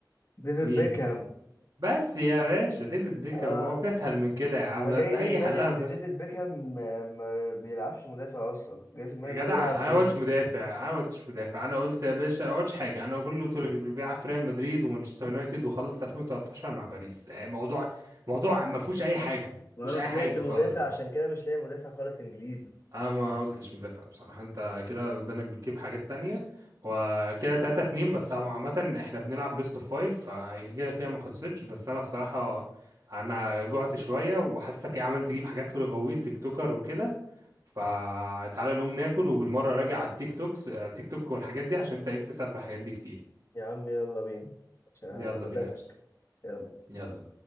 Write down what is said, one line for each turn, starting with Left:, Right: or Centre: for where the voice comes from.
Left: ديفيد
Right: مين
Left: بيكهام
Right: بس يا باشا ديفيد بيكهام
Left: اه
Right: هو في اسهل من كده يا عم
Left: انا جاي
Right: ده انت اي
Left: في دماغي
Right: حلها
Left: ان
Right: هتخش
Left: ديفيد بيكهام ما ما بيلعبش مدافع اصلا جاي في دماغي
Right: يا جدع
Left: ان هو بيلعب
Right: انا
Left: وينج
Right: ما قلتش مدافع انا ما قلتش مدافع انا قلت يا باشا ما قلتش حاجه انا كل اللي قلت لك بيلعب في ريال مدريد ومانشستر يونايتد وخلص 2013 مع باريس آه، موضوع موضوع ما فيهوش اي حاجه ما
Left: وانا
Right: فيهوش اي
Left: سمعت
Right: حاجه
Left: مدافع
Right: خالص
Left: عشان كده مش لاقي مدافع خالص انجليزي
Right: انا ما قلتش مدافع بصراحة انت كده ودانك بتجيب حاجات تانية وكده تلاتة اتنين بس هو عامة احنا بنلعب بيست اوف فايف فكده كده ما خلصتش بس انا بصراحة انا جعت شوية وحاسسك ايه عمال تجيب حاجات في الغويط تيك توكر وكده فتعالى نقوم ناكل وبالمرة راجع على التيك توكس التيك توك والحاجات دي عشان انت ايه بتسأل في الحاجات دي كتير
Left: يا عم يلا بينا عشان ادغدغك
Right: يلا بينا يا باشا
Left: يلا
Right: يلا